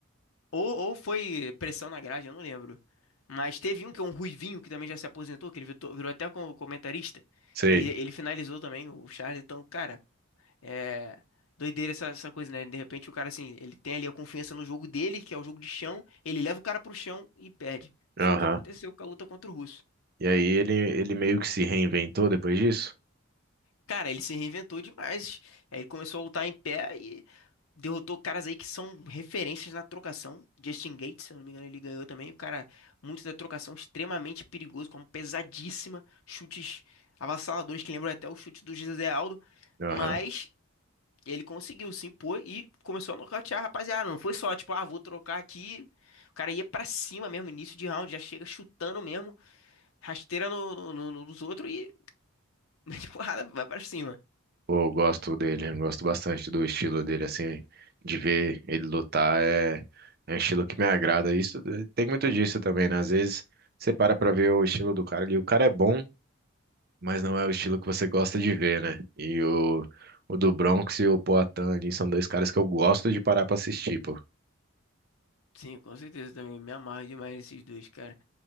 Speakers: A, on the left; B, on the right.
A: Ou, ou foi pressão na grade, eu não lembro. Mas teve um que é um ruivinho que também já se aposentou, que ele virou, virou até como comentarista.
B: sei.
A: Ele, ele finalizou também o Charles. Então, cara, é doideira essa, essa coisa, né? De repente o cara, assim, ele tem ali a confiança no jogo dele, que é o jogo de chão. Ele leva o cara pro chão e perde.
B: Aham.
A: Foi o que aconteceu com a luta contra o Russo.
B: E aí ele, ele meio que se reinventou depois disso?
A: Cara, ele se reinventou demais. Aí ele começou a lutar em pé e Derrotou caras aí que são referências na trocação. Justin Gates, se eu não me engano, ele ganhou também. O cara, muito da trocação, extremamente perigoso, como pesadíssima. Chutes avassaladores que lembram até o chute do José Aldo.
B: Aham.
A: Mas ele conseguiu se impor e começou a nocautear a rapaziada. Não foi só, tipo, ah, vou trocar aqui. O cara ia pra cima mesmo, início de round, já chega chutando mesmo, rasteira no, no- no- no- nos outros e <laughs> mete porrada, vai pra cima.
B: Pô, eu gosto dele, eu gosto bastante do estilo dele, assim, de ver ele lutar é, é um estilo que me agrada. Isso tem muito disso também, né? Às vezes você para pra ver o estilo do cara e o cara é bom, mas não é o estilo que você gosta de ver, né? E o, o do Bronx e o Poatan ali são dois caras que eu gosto de parar pra assistir, pô.
A: Sim, com certeza também. Me amarro demais nesses dois, cara.